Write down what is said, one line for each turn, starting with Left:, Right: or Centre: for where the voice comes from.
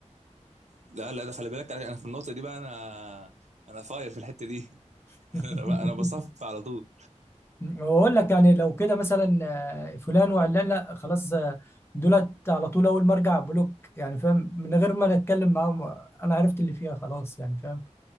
Right: لا لا ده خلي بالك انا أنا في النقطه دي بقى انا انا فاير في الحته دي <laughs>
Left: <laughs>
Right: انا انا بصف على طول
Left: وأقول لك يعني لو كده مثلا آه، فلان وعلان لا خلاص آه، دولت على طول أول ما أرجع بلوك يعني فاهم من غير ما نتكلم معاهم آه، أنا عرفت اللي فيها خلاص يعني فاهم